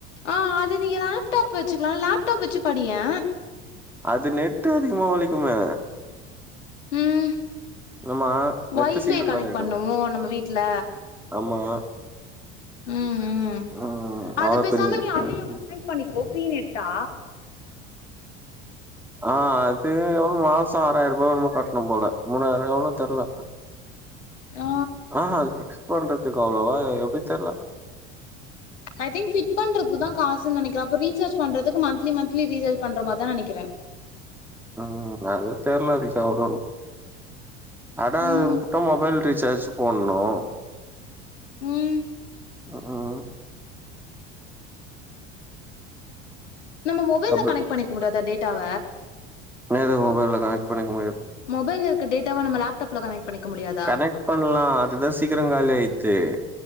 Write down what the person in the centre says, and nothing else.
அது நெட்டு அதிகமா வலிக்குமே
ஆம்மா நெட்டு
சீக்கிரோ
காலி ஆய்டோ
ஆம்மா
ம்
அவ்ளோ
பெரியோ இன்சிடென்ட்
ஆ அத்து எவ்ளோ மாசோ ஆறாயிருபாவோ இன்னமோ கட்ணு போல மூணாயிருமோ எவ்ளோ தெர்ல
ஆ அ அது பிக்ஸ் பண்றதுக்காகவா எப்டி தெர்ல
ம் அது தெர்லது நீ சொல்றனு அதா
உன் கிட்ட மொபைல் டீசார்ஜ்ஜூ போன்னோ
ம் ம்
டபுள்
நேத்துக் மொபைல்ல கனெக்ட் பண்ணிக்கினு
கனெக்ட் பண்லா அதுதா சீக்கிரோ காலி ஆய்யிது